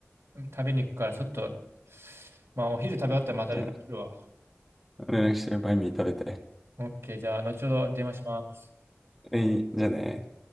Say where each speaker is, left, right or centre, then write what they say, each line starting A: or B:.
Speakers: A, on the right; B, in the centre.
A: ー食べに行くから、ちょっと、まあお昼食べ終わったらまた連絡するわ。
B: じゃあ、連絡して、バインミー食べて。
A: オッケー、じゃあ後ほど電話します。
B: えい、じゃあね。